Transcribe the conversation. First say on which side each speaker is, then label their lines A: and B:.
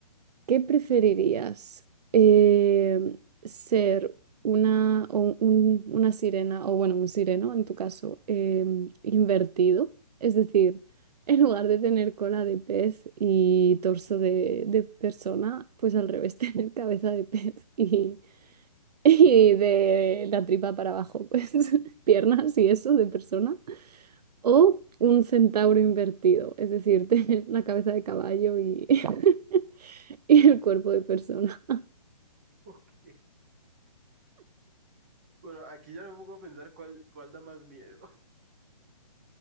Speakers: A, on the right (about 80°); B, on the right (about 20°).
A: ¿Qué preferirías? Em, ¿ser una, o un- una sirena, o bueno, un sireno en tu caso, em, invertido? Es decir, <laughs> en lugar de tener cola de pez y torso de, de persona, pues al revés, <laughs> tener cabeza de pez y <laughs> y de la tripa para abajo, pues <laughs> piernas y eso de persona. O un centauro invertido, es decir, <laughs> tener la cabeza de caballo y, <laughs> y el cuerpo de persona.
B: Ok. Bueno, aquí ya me pongo a pensar cuál, cuál da más miedo.